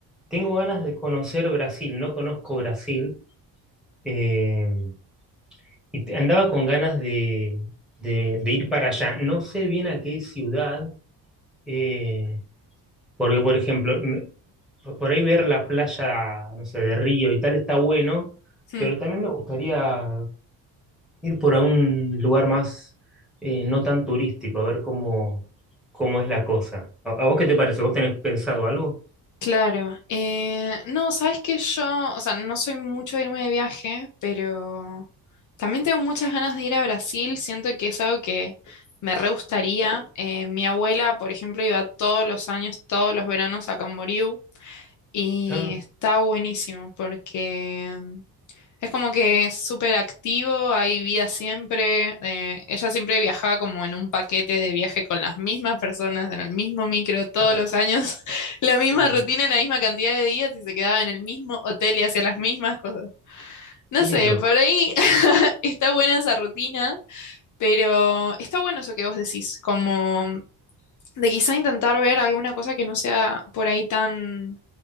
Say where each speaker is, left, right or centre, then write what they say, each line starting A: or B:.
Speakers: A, in the centre; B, on the left.
A: Tengo ganas de conocer Brasil, no conozco Brasil, eh, y te- andaba con ganas de, de- de ir para allá. No sé bien a qué ciudad, eh, Porque, por ejemplo, me- por ahí ver la playa, no sé, de Río y tal está bueno,
B: Hmm,
A: pero también me gustaría ir por algún lugar más eh, no tan turístico, a ver cómo, cómo es la cosa. ¿A, a vos qué te parece? ¿Vos tenés pensado algo?
B: Claro. Eh, no, sabes que yo, o sea, no soy mucho de irme de viaje, pero también tengo muchas ganas de ir a Brasil. Siento que es algo que me re gustaría. Eh, mi abuela, por ejemplo, iba todos los años, todos los veranos a Camboriú y
A: Ah,
B: está buenísimo porque Es como que es súper activo, hay vida siempre. eh, ella siempre viajaba como en un paquete de viaje con las mismas personas, en el mismo micro todos
A: ah,
B: los años, <laughs> la misma
A: qué lindo,
B: rutina, la misma cantidad de días y se quedaba en el mismo hotel y hacía las mismas cosas. No
A: qué
B: sé,
A: lindo.
B: por ahí <laughs> está buena esa rutina, pero está bueno eso que vos decís, como de quizá intentar ver alguna cosa que no sea por ahí tan